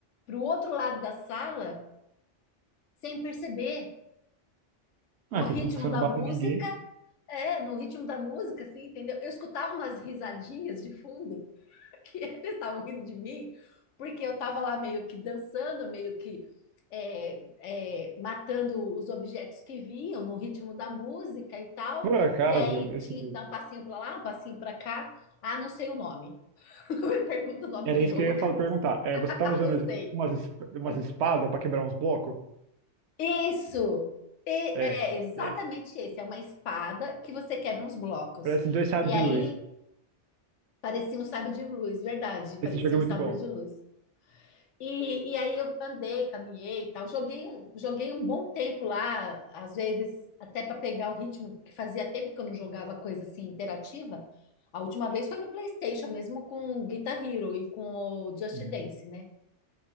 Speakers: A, on the left; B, on the right.
A: para o outro lado da sala sem perceber,
B: Ah,
A: no
B: contanto
A: ritmo
B: que você
A: da
B: não bate
A: música,
B: em ninguém.
A: é, no ritmo da música, assim, entendeu? Eu escutava umas risadinhas de fundo <laughs> que eles estavam rindo de mim, porque eu estava lá meio que dançando, meio que é, é, matando os objetos que vinham no ritmo da música e tal.
B: Por acaso,
A: E aí
B: esse...
A: tinha que dar um passinho para lá, um passinho para cá. Ah, não sei o nome. <laughs> Me pergunta o nome
B: era
A: do
B: isso
A: jogo
B: que eu ia
A: que
B: falar,
A: eu não,
B: perguntar. É,
A: <laughs>
B: você tava usando
A: não sei.
B: tipo, umas, es- umas
A: Eu,
B: espadas pra quebrar uns blocos?
A: isso! E-
B: É,
A: é exatamente
B: é.
A: esse. É uma espada que você quebra uns blocos.
B: Parece dois sabres
A: E aí
B: de luz.
A: parecia um sábio de luz, verdade, parecia
B: Esse jogo é
A: um
B: muito
A: sábio
B: bom.
A: de luz. E, e aí eu andei, caminhei e tal. Joguei, um- joguei um bom tempo lá, às vezes até para pegar o ritmo, que fazia tempo que eu não jogava coisa assim interativa. A última vez foi no PlayStation mesmo com o Guitar Hero e com o Just
B: Uhum.
A: Dance, né?